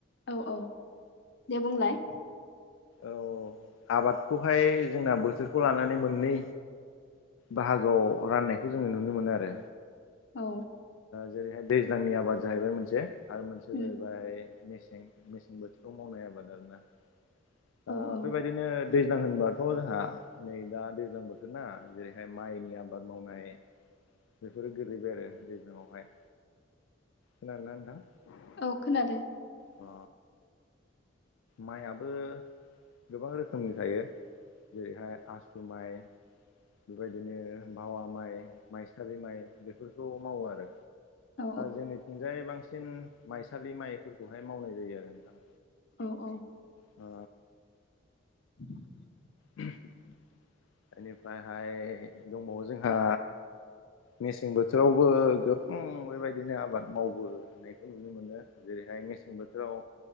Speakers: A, on the left (about 55°); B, on the left (about 80°).
A: औ औ दे बुंलाय
B: औ आबादखौहाय जोंना बोथोरखौ लानानै मोननै बाहागोआव राननायखौ जोङो नुनो मोनो आरो
A: औ
B: जेरैहाय दैज्लांनि आबाद जाहैबाय मोनसे आरो मोनसेया
A: उम
B: जाहैबाय मेसें मेसें बोथोराव मावनाय आबाद आरोना द
A: औ औ
B: बेबायदिनो दैज्लां होनबाथ' जोंहा नै दा दैज्लां बोथोर ना जेरैहाय माइनि आबाद मावनाय बेफोरो गोलैबाय आरो दैज्लांङावहाय खोनादों ना नोंथां
A: औ खोनादों
B: अ माइयाबो गोबां रोखोमनि थायो जेरैहाय आसु माइ बेबायदिनो मावा माइ माइसालि माइ बेफोरखौ मावो आरो
A: औ
B: जोंनिथिंजायै बांसिन माइसालि माइफोरखौहाय मावनाय जायो आरो नोंथां
A: औ औ
B: अ
A: <inaudible>
B: बेनिफ्रायहाय दंबावो जोंहा- मेसें बोथोरावबो गोब बेबायदिनो आबाद मावबो होननायखौ नुयो। नुनो मोनो जेरैहाय मेसें बोथोराव